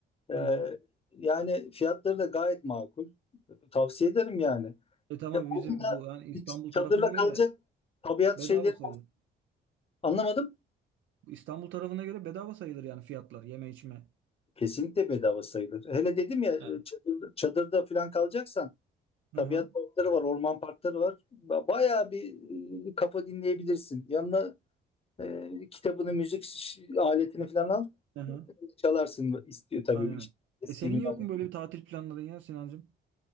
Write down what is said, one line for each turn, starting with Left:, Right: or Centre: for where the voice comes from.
Left: Ee,
Right: Aha.
Left: yani fiyatları da gayet makul. Tavsiye ederim yani.
Right: E tamam
Left: Ya
Right: bizim
Left: orada da
Right: bu yani İstanbul
Left: hiç çadırla
Right: tarafına göre
Left: kalacak tabiat
Right: bedava
Left: şeyleri
Right: sayılır.
Left: anlamadım.
Right: İstanbul tarafına göre bedava sayılır yani fiyatlar yeme içme.
Left: Kesinlikle bedava sayılır. Hele dedim ya e,
Right: Yani.
Left: çadırda, çadırda falan kalacaksan tabiat
Right: Aha,
Left: parkları var, orman parkları var. Ba- Bayağı bir e, kafa dinleyebilirsin. Yanına e, kitabını, müzik ş- aletini falan al.
Right: aha,
Left: Çalarsın istiyor tabii
Right: aynen.
Left: iş- eski
Right: E senin
Left: günlerde.
Right: yok mu böyle bir tatil planların ya Sinancığım?